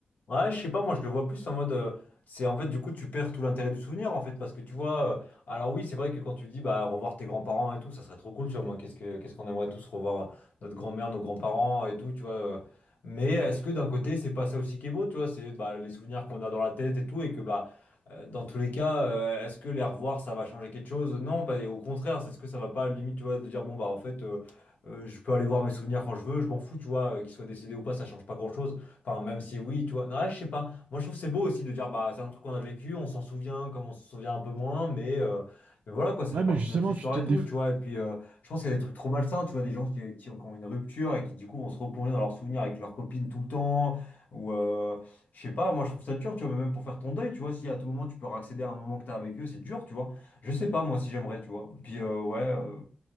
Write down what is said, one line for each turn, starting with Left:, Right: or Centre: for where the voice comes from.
Left: Ouais, je sais pas, moi je le vois plus en mode. euh, c'est en fait, du coup, tu perds tout l'intérêt du souvenir en fait, parce que tu vois. euh, alors, oui, c'est vrai que quand tu dis bah revoir tes grands-parents et tout, ça serait trop cool, tu vois. Moi, qu'est-ce que, qu'est-ce qu'on aimerait tous revoir euh, notre grand-mère, nos grands-parents et tout, tu vois. euh, mais est-ce que d'un côté, c'est pas ça aussi qui est beau, tu vois, c'est bah, les souvenirs qu'on a dans la tête et tout, et que bah. euh, Dans tous les cas, euh, est-ce que les revoir, ça va changer quelque chose? Non, bah, et au contraire, c'est ce que ça va pas, limite, tu vois, de dire, bon, bah, en fait, euh, euh, je peux aller voir mes souvenirs quand je veux, je m'en fous, tu vois, euh, qu'ils soient décédés ou pas, ça change pas grand-chose. Enfin, même si oui, tu vois. Non, là, je sais pas. Moi, je trouve que c'est beau aussi de dire, bah, c'est un truc qu'on a vécu, on s'en souvient comme on se souvient un peu moins, mais, euh, mais voilà, quoi, ça fait
Right: Ouais, mais
Left: partie
Right: justement,
Left: de notre histoire
Right: tu te
Left: et
Right: déf-
Left: tout, tu vois. Et puis, euh, je pense qu'il y a des trucs trop malsains, tu vois, des gens qui, qui ont, qui ont une rupture et qui, du coup, vont se replonger dans leurs souvenirs avec leurs copines tout le temps, ou, euh, je sais pas, moi, je trouve ça dur, tu vois, mais même pour faire ton deuil, tu vois, si à tout moment tu peux accéder à un moment que t'as avec eux, c'est dur, tu vois. Je sais pas, moi, si j'aimerais, tu vois. Puis, euh, ouais. euh,